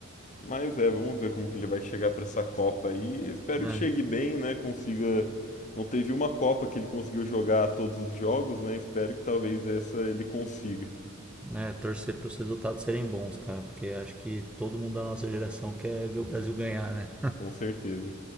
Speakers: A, on the left (about 35°); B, in the centre.
A: Mas é, vamos ver como que ele vai chegar pra essa Copa aí. Espero
B: É,
A: que chegue bem, né? Consiga. Não teve uma Copa que ele conseguiu jogar todos os jogos, né? Espero que talvez essa ele consiga.
B: né, torcer para os resultados serem bons, cara, porque acho que todo mundo da nossa geração quer ver o Brasil ganhar, né?
A: com certeza.